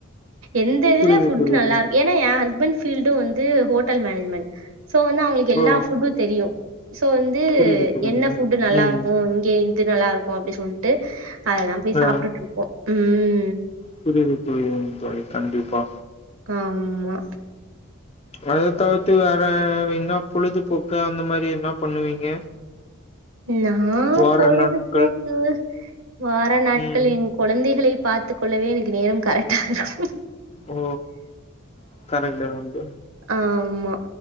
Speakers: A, on the right (about 90°); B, on the left (about 30°).
A: எந்த இதுல
B: புரியுது
A: ஃபுட்
B: புரியுது
A: நல்லா இருக்கும் ஏன்னா என் ஹஸ்பண்ட் பீல்டும் வந்து ஹோட்டல் மேனேஜ்மெண்ட் சோ வந்து அவுங்க எல்லா
B: ஓ
A: ஃபுட்டு தெரியும் சோ வந்து
B: புரியுது புரியுது
A: என்ன ஃபுட் நல்லா
B: ம்
A: இருக்கும் இங்க இந்து நல்லா இருக்கும் அப்டி சொல்லிட்டு அதெல்லாம் போய் சாப்டுட்
B: ஆ
A: இருப்போம் உம்
B: புரியுது தோழி ந்து அது கண்டிப்பா
A: ஆமா
B: அத தவிர்த்து வேற என்ன பொழுதுபோக்கு அந்த மாரி என்ன பண்ணுவீங்க
A: யார்
B: வார
A: பொழுதுபோக்கு
B: நாட்கள்
A: வார நாட்கள்
B: ம்
A: எங்க கொழந்தைகளை பாத்து கொள்ளவே எனக்கு நேரம் கரெக்டா ஆகும்
B: ஓ கரேக்டு கரேக்ட்
A: ஆ ஆமா